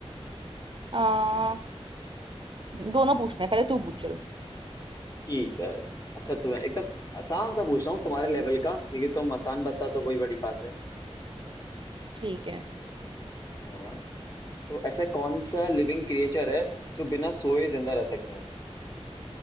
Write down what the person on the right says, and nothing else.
आ, दोनों पूछना है पहले तू पूछ चल
ठीक है